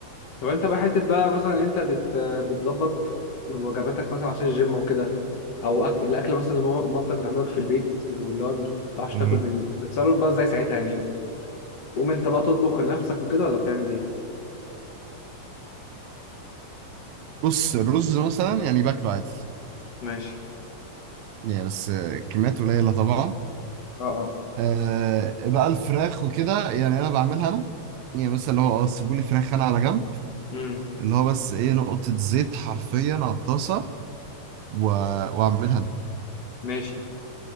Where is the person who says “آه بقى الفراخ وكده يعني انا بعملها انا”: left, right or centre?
Right